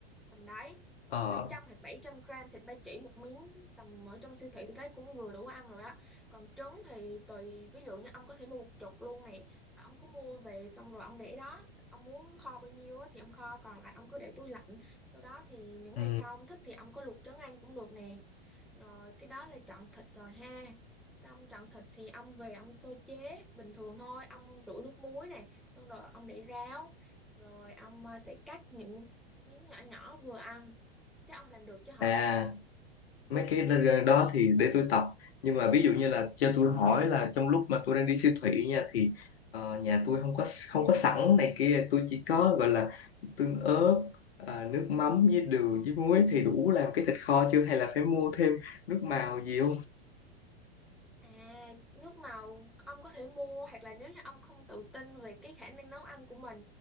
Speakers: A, in the centre; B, on the left.
A: tầm đấy
B: ờ
A: năm trăm hoặc bảy trăm gram thịt ba chỉ một miếng tầm ở trong siêu thị thì thấy cũng vừa đủ ăn rồi á còn trứng thì tùy ví dụ như ông có thể mua một chục luôn nè ông cứ mua về xong rồi ông để đó ông muốn kho bao nhiêu á thì ông kho còn lại ông cứ để tủ lạnh sau đó thì những
B: ừ.
A: ngày sau ông thích thì ông có luộc trứng ăn cũng được nè rồi cái đó là chọn thịt rồi ha xong chọn thịt thì ông về ông sơ chế bình thường thôi ông rửa nước muối này xong rồi ông để ráo rồi ông ờ, sẽ cắt những miếng nhỏ nhỏ vừa ăn chứ ông làm được chứ hả
B: à mấy cái đó thì để tôi tập nhưng mà ví dụ như là cho tôi hỏi là trong lúc mà tôi đang đi siêu thị nha thì ờ, nhà tôi không có không có sẵn này kia tôi chỉ có gọi là tương ớt à, nước mắm với đường với muối thì đủ làm cái thịt kho chưa hay là phải mua thêm nước màu gì không
A: À, nước màu ông có thể mua hoặc là nếu như ông không tự tin về cái khả năng nấu ăn của mình